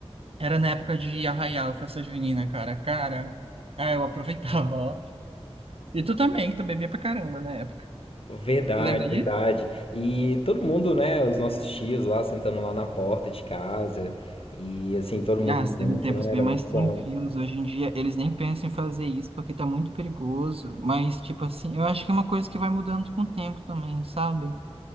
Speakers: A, on the right; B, on the left.
A: Era na época de Arraial, festa junina, cara. Cara, <laughs> ah, eu aproveitava, ó. E tu também, que tu bebia pra caramba na época.
B: Verdade,
A: Tu lembra
B: verdade.
A: disso?
B: E todo mundo, né? Os nossos tios lá sentando lá na porta de casa. E assim, todo mundo
A: Ah,
B: junto,
A: eram tempos
B: né?
A: bem
B: Era
A: mais
B: muito bom.
A: tranquilos. Hoje em dia, eles nem pensam em fazer isso porque tá muito perigoso. Mas, tipo assim, eu acho que é uma coisa que vai mudando com o tempo também, sabe?